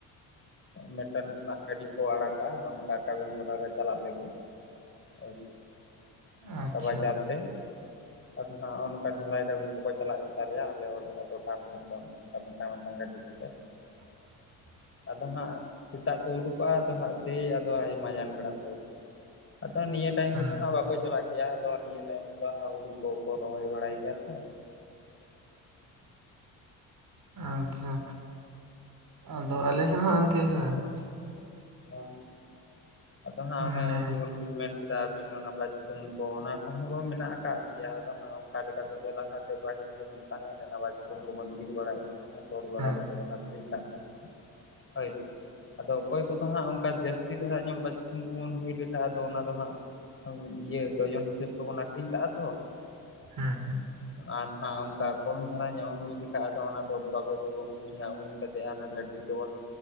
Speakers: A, on the left (about 30°); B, on the right (about 55°).
A: ᱢᱮᱴᱟᱝ ᱠᱷᱚᱱᱟᱜ ᱜᱟᱹᱰᱤ ᱠᱚ ᱟᱲᱟᱜᱟ ᱚᱱᱠᱟ ᱠᱟᱹᱢᱤ ᱵᱟᱨᱟ ᱨᱮ ᱪᱟᱞᱟᱜ ᱞᱟᱹᱜᱤᱫ ᱾ <unintelligible> ᱚᱱᱠᱟ
B: ᱟᱪᱪᱷᱟ
A: ᱵᱟᱡᱟᱨ ᱛᱮ, ᱟᱫᱚ ᱦᱟᱜᱼᱼ ᱰᱷᱟᱞᱟᱭ ᱠᱟᱹᱢᱤ ᱠᱚᱠᱚ ᱪᱟᱞᱟᱜ ᱜᱮᱛᱟ ᱞᱮᱭᱟ ᱟᱞᱮ ᱴᱚᱴᱷᱟ ᱠᱷᱚᱱᱟᱜ ᱚᱱᱠᱟ ᱢᱤᱫᱴᱟᱝ ᱢᱤᱫᱴᱟᱝ ᱜᱟᱹᱰᱤ ᱠᱚᱛᱮ ᱾
B: <inaudible>
A: ᱟᱫᱚ ᱦᱟᱸᱜ, ᱥᱮᱛᱟᱜ ᱠᱚ ᱩᱰᱩᱠᱚᱜᱼᱟ ᱟᱫᱚ ᱦᱟᱸᱜ ᱥᱮᱭ ᱟᱫᱚ ᱦᱟᱸᱜ ᱢᱟᱡᱟᱱ ᱵᱮᱲᱟ ᱠᱚᱼᱼ ᱟᱫᱚ ᱱᱤᱭᱟᱹ ᱴᱟᱭᱤᱢ
B: ᱦᱮᱸ
A: ᱨᱮᱫᱚ ᱦᱟᱸᱜ ᱵᱟᱠᱚ ᱪᱟᱞᱟᱜ ᱜᱮᱭᱟ ᱟᱫᱚ ᱱᱤᱭᱟᱹ ᱴᱟᱭᱤᱢ ᱨᱮᱫᱚ ᱦᱟᱸᱜ ᱦᱩᱲᱩ ᱠᱚᱠᱚ ᱨᱚᱦᱚᱭ ᱵᱟᱲᱟᱭ ᱜᱮᱭᱟ ᱛᱚ ᱾
B: ᱟᱪᱪᱷᱟ ᱟᱫᱚ ᱟᱞᱮ ᱥᱮᱱ ᱦᱚᱸ ᱤᱱᱠᱟᱹ ᱜᱮ ᱵᱟᱝ ᱾
A: ᱦᱮᱸ ᱟᱫᱚ ᱦᱟᱸ
B: ᱢᱟᱱᱮ
A: ᱚᱱᱮ ᱡᱤᱵᱚᱱ ᱵᱮᱱ ᱢᱮᱱ ᱠᱮᱫᱟ, ᱵᱤᱱ ᱚᱱᱟ ᱵᱟᱪᱠᱚᱢ ᱠᱚ ᱚᱱᱟ ᱠᱚᱦᱚᱸ ᱠᱚ ᱢᱮᱱᱟᱜ ᱟᱠᱟᱫ ᱜᱮᱭᱟ ᱟᱫᱚ ᱦᱟᱸᱜ ᱚᱱᱠᱟ ᱞᱮᱠᱟ ᱛᱮᱫᱚ ᱞᱟᱦᱟᱛᱮ ᱯᱟᱦᱤᱞ ᱡᱮᱢᱚᱱᱼᱼ ᱛᱟᱦᱮᱸ ᱞᱮᱱᱟ ᱵᱟᱪᱠᱚᱢ ᱠᱚᱵᱚᱱ ᱤᱨ ᱵᱟᱲᱟᱭᱮᱫ ᱛᱟᱦᱮᱸᱱᱟ ᱾ ᱛᱚᱞ ᱵᱟᱲᱟ
B: ᱦᱮᱸ
A: ᱠᱟᱛᱮ ᱵᱚᱱ ᱟᱠᱷᱨᱤᱧ ᱠᱟᱜ ᱠᱟᱱ ᱛᱟᱦᱮᱱᱟ, ᱦᱳᱭ ᱥᱮ ᱟᱫᱚ ᱚᱠᱚᱭᱼᱼ ᱫᱚ ᱦᱟᱸᱜ ᱚᱱᱠᱟ ᱡᱟᱹᱥᱛᱤ ᱫᱷᱟᱨᱟ ᱧᱚᱜ ᱵᱟᱪᱠᱚᱢ ᱠᱚᱵᱚᱱ ᱦᱩᱭ ᱞᱮᱠᱷᱟᱱ ᱟᱫᱚ ᱚᱱᱟ ᱫᱚ ᱦᱟᱸᱜᱼᱼ ᱤᱭᱟᱹ ᱰᱚᱡᱚᱱ ᱦᱤᱥᱟᱹᱵ ᱛᱮᱵᱚᱱ ᱟᱠᱷᱨᱤᱧ ᱠᱟᱜᱼᱟ ᱛᱚ ᱾
B: ᱦᱮᱸ ᱦᱮᱸ
A: ᱟᱨ ᱦᱟᱸᱜ ᱚᱱᱠᱟ ᱠᱚᱢ ᱫᱷᱟᱨᱟ ᱧᱚᱜ ᱦᱩᱭ ᱞᱮᱠᱷᱟᱡ ᱟᱫᱚ ᱚᱱᱟ ᱫᱚ ᱵᱟᱵᱮᱨ ᱛᱮᱠᱚ ᱩᱧ-ᱟ ᱩᱧ ᱠᱟᱛᱮ-ᱟ ᱚᱱᱮ ᱜᱟᱹᱰᱤ ᱫᱚᱵᱚᱱ